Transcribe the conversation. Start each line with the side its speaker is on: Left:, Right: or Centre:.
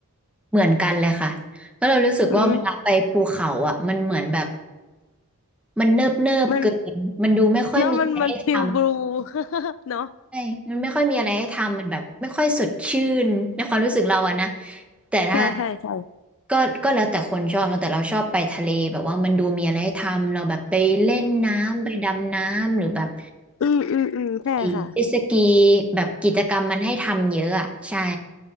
Centre: เหมือนกันเลยค่ะเพราะเรารู้สึกว่าเวลาไปภูเขาอ่ะมันเหมือนแบบ
Left: อืม
Centre: มันเนิบเนิบเกินมันดูไม่ค่อยมีอะไรให้ท
Left: มันเนาะมันมันฟิลบลู <laughs> เนาะ
Centre: ใช่มันไม่ค่อยมีอะไรให้ทำมันแบบไม่ค่อยสดชื่นในความรู้สึกเราอะนะ แต่ถ้า
Left: ใช่ใช่ใช่
Centre: ก็ก็แล้วแต่คนชอบเนอะแต่เราชอบไปทะเลแบบว่ามันดูมีอะไรให้ทำ เราแบบไปเล่นน้ำไปดำน้ำหรือแบบ
Left: อืมอืมอืมใช่ค่ะ
Centre: ขี่เจ็ตสกีแบบกิจกรรมมันให้ทำเยอะอะใช่